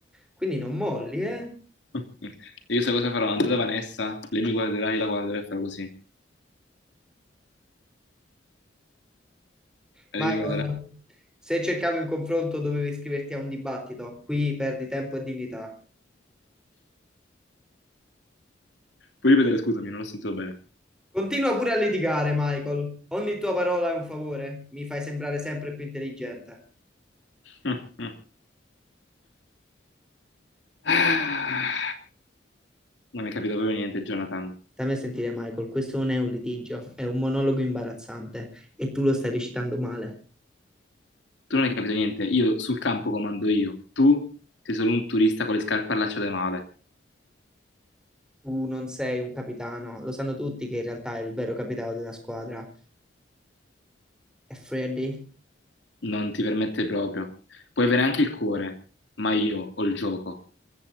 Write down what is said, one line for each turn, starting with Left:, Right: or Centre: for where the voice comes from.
Centre: quindi non molli, eh?
Left: <laughs> E io sai cosa farò? Andrò da Vanessa, lei mi guarderà, io la guarderò e farò così. E lei
Centre: Michael,
Left: mi guarderà.
Centre: se cercavi un confronto dovevi iscriverti a un dibattito. Qui perdi tempo e dignità.
Left: Puoi ripetere, scusami, non ho sentito bene.
Centre: Continua pure a litigare, Michael. Ogni tua parola è un favore. Mi fai sembrare sempre più intelligente.
Left: <laughs> Ah, Non hai capito proprio niente, Jonathan.
Centre: Stammi a sentire, Michael, questo non è un litigio, è un monologo imbarazzante e tu lo stai recitando male.
Left: Tu non hai capito niente. Io sul campo comando io. Tu sei solo un turista con le scarpe allacciate male.
Centre: Tu non sei un capitano, lo sanno tutti che in realtà il vero capitano della squadra è Freddy.
Left: Non ti permette proprio. Puoi avere anche il cuore, ma io ho il gioco.